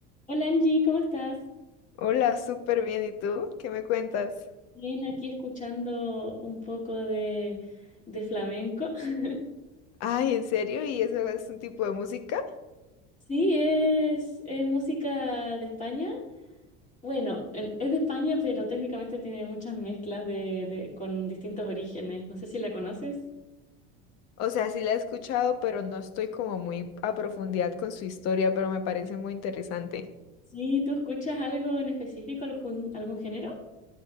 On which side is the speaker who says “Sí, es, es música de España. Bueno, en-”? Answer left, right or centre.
Left